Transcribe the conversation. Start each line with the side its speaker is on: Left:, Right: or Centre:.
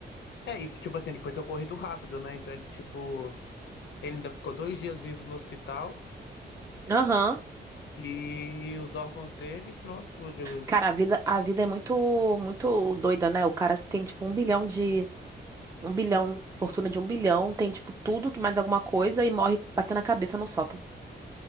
Left: É, e, tipo assim, ele foi socorrido rápido, né? Então ele, tipo, ele ainda ficou dois dias vivos no hospital
Right: Aham.
Left: e os órgãos dele, pronto. ele-
Right: Cara, a vida, a vida é muito, muito doida, né? O cara tem tipo um bilhão de, um bilhão, fortuna de um bilhão, tem tipo tudo que mais alguma coisa e morre batendo a cabeça no sótão.